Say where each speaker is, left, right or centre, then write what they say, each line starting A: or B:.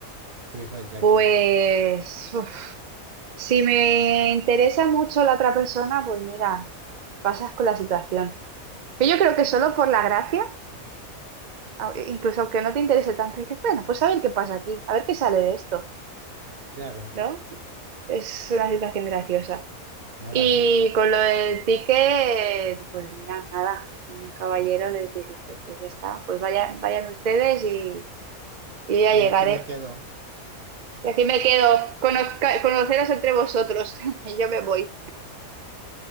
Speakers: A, on the right; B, on the right.
A: Su hijo el Jackie.
B: Pues, uf, si me interesa mucho la otra persona, pues mira, pasas con la situación. Pero yo creo que solo por la gracia, a- incluso aunque no te interese tanto, dices, bueno, pues a ver qué pasa aquí, a ver qué sale de esto,
A: Claro.
B: ¿no? Es una situación graciosa.
A: Ahora
B: Y
A: sí,
B: con lo del ticket, pues mira, nada, un caballero les dijiste, pues ya está, pues vayan, vayan ustedes y, y ya
A: yo
B: llegaré.
A: aquí me quedo.
B: Y aquí me quedo, conozca- conoceros entre vosotros <laughs> y yo me voy.